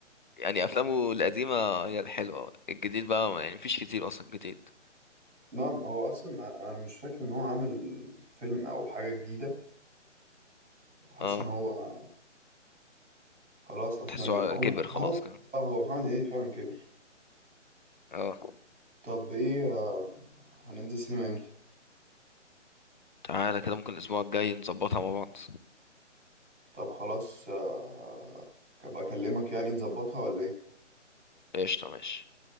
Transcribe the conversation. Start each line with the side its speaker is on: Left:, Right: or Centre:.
Left: يعني افلامه القديمه هي الحلوه الجديد بقى يعني مفيش كتير اصلا جديد
Right: نعم هو اصلا انا مش فاكر ان هو عمل فيلم او حاجه جديده حاسس
Left: اه
Right: ان هو خلاص اصلا
Left: تحسه
Right: يعني هو
Left: كبر خلاص
Right: محمد
Left: كده
Right: اه هو محمد هنيدي فعلا كبر
Left: اه
Right: طب ايه آه، هننزل سينما امتى
Left: تعالى كده ممكن الأسبوع الجاي نظبطها مع بعض
Right: طب خلاص آه، ابقى اكلمك يعني نظبطها ولا ايه
Left: قشطة ماشي